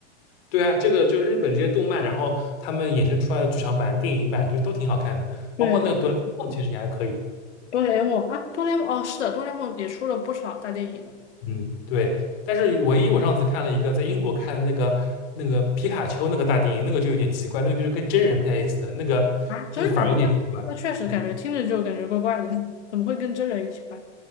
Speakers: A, on the left; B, on the left.
A: 对啊，这个就是日本这些动漫，然后他们衍生出来的剧场版、电影版就都挺好看的，
B: 对，
A: 包括那个《哆啦 A 梦》其实也还可以。
B: 哆啦 A 梦啊，哆啦 A 梦哦，是的，哆啦 A 梦也出了不少大电影呢。
A: 嗯，对。但是唯一我上次看了一个在英国看的那个那个皮卡丘那个大电影，那个就有点奇怪，那个就是跟真人配在一起的，那个那个反而有点奇怪。
B: 啊，真人吗？那确实感觉听着就感觉怪怪的呢，
A: 嗯，
B: 怎么会跟真人一起拍？